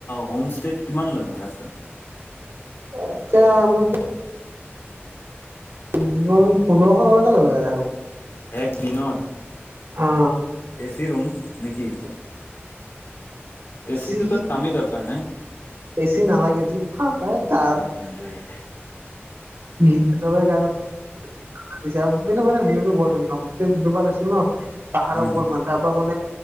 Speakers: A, on the left; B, on the right.
A: হোম ষ্টেত কিমান লয় ভাড়া ছাৰা।
B: <unintelligible> দুজন পোন্ধৰশ টকাকে ল'লে ভাড়া সেইবোৰ।
A: এক দিনৰ
B: অ
A: এ চি ৰুম নেকি? এ চিটো
B: চি
A: তাত কামেই দৰকাৰ নাই।
B: এচি নালাগে যি ঠাণ্ডা
A: উম।
B: গা <unintelligible> জাগোনৰ পিনে ভিউটো বৰ ধুনীয়া হোমষ্টে যোনটো পা লৈছে নহ পাহাৰৰ
A: উম
B: ওপৰত মনে তাৰ পৰা মানে